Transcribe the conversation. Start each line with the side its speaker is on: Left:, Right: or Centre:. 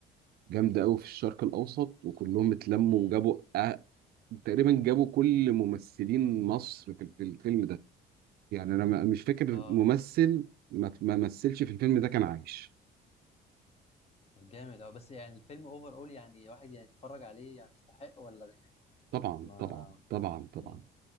Right: جامده قوي في الشرق الاوسط وكلهم اتلموا
Left: امم
Right: وجابوا آه، تقريبا جابوا كل ممثلين مصر في في الفيلم ده يعني انا ما- مش فاكر
Left: اه
Right: ممثل ما ما مثلش في الفيلم ده كان عايش
Left: طب جامد اه بس يعني الفيلم اوفر اول يعني واحد يعني يتفرج عليه يعني يستحق ولا ده يعني
Right: طبعا
Left: ما
Right: طبعا طبعا طبعا
Left: امم